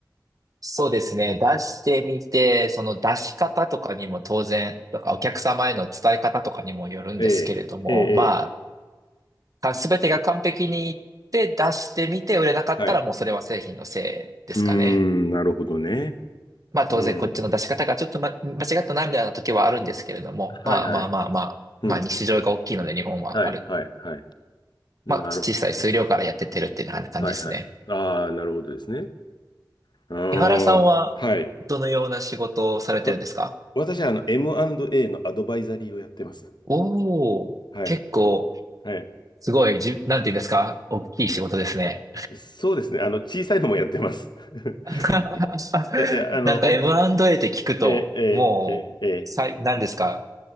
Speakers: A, on the right; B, on the left.
A: そうですね。出してみて、その出し方とかにも当然、とかお客様への伝え方とかにもよるんですけれども、
B: ええ、ええ、
A: ま
B: え
A: あ、すべてが完璧にいって出してみて売れなかったらもうそれは製品のせいですかね。
B: え、はい。うーん、なるほどね。
A: まあ当然こっちの出し方がちょっと、
B: うん。
A: ま、間違ったなみたいな時はあるんですけれども、
B: はいはい。
A: まあまあまあまあ、
B: うん。
A: まあ市場が大きいので日本はある
B: はい、はい、はい。なるほど。
A: まあ、小さい数量からやってってるっていうような感じですね。
B: うんはいはい。ああ、なるほどですね。ああ、
A: 井原さんは、
B: はい。
A: どのような仕事をされてるんですか
B: わ私はあの M&A のアドバイザリーをやってます。
A: おおー、
B: はい。
A: 結構、
B: はい。
A: すごい、じ、なんて言うんですか大きい仕事ですね。
B: そうですね。あの、小さいのもやってます。<laughs>
A: <laughs>
B: いや、いや、あの、
A: なんか
B: 本当、
A: M&A って聞くと、
B: ええ、ええ、
A: もう、
B: ええ、え
A: さい、なんですか